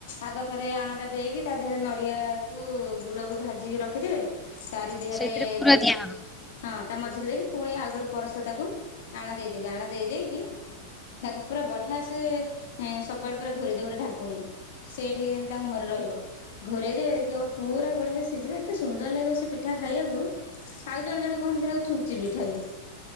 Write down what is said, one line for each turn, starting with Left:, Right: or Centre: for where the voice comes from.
Left: ଆଗ ଥରେ ଆଣ ଟା ଦେଇକି ତା ଦେହରେ ନଡିଆକୁ ଗୁ ଗଡକୁ ଭାଜିକି ରଖିଥବେ ତାରି ଦେହରେ
Centre: ସେଇଥିରେ ପୁର
Left: ଦେଇ
Centre: ଦିଆହବ?
Left: ହଁ ତା ମଝିରେ ଦେଇକି ପୁଣି ଆଉ ଗୋଟେ ପରସ୍ତା ତାକୁ ଆଣ ଦେଇଦେବି ଆଣ ଦେଇ ଦେଇକି ତାକୁ ପୁରା ବଢିଆ ସେ ସବୁଆଡେ ପୁରା ଘୋରିଦ ଗୋଟେ ଢାଙ୍କୁକୁଣୀ ସେଇଠିିନ ତା ମୁହଁରେ ରହିବ ଘରେ ଦେବେ ଦେଖିବ ପୁରା ପଡଆ ସିଝ ଏତେ ସୁନ୍ଦର ଲାଗିବ ସେ ପିଠା ଖାଇବାକୁ। ଆଉ ଜଣେ ଜଣ କହନ୍ତି ସେଇଟାକୁ ଛୁଞ୍ଚି ପିଠା ବି